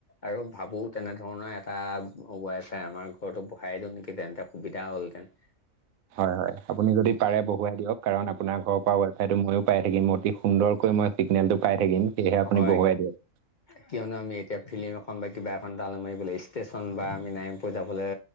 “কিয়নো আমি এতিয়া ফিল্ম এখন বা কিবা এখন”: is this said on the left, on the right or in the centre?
Left